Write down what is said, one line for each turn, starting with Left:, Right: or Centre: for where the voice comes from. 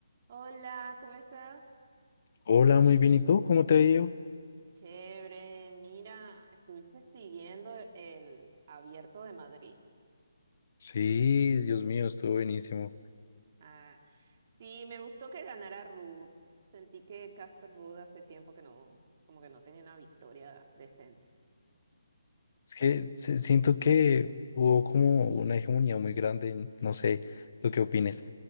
Right: Hola, ¿cómo estás?
Left: Hola, muy bien. ¿Y tú? ¿Cómo te ha ido?
Right: Chévere, mira, ¿estuviste siguiendo el Abierto de Madrid?
Left: Sí, Dios mío, estuvo buenísimo.
Right: Ah, sí, me gustó que ganara Ruth. Sentí que Casper Ruud hace tiempo que no, como que no tenía una victoria decente.
Left: Es que se- siento que hubo como una hegemonía muy grande, en- no sé, ¿tú qué opines?